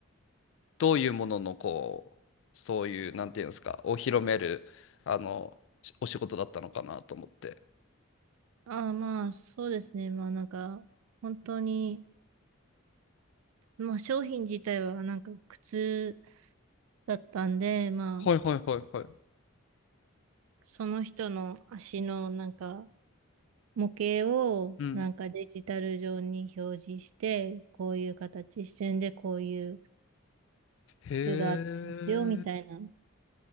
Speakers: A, on the left; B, on the right.
A: どういうもののこう、そういう、なんていうんですか、を広める、あの、しお仕事だったのかなと思って。
B: あ、まあ、そうですね。まあなんか、本当に、まあ商品自体はなんか靴だったんで、まあ、
A: はいはいはいはい。
B: その人の足のなんか、模型をなんかデジタル上に表示して、
A: うん
B: こういう形、視線でこういう
A: へえ。
B: 図があってますよ、みたいな、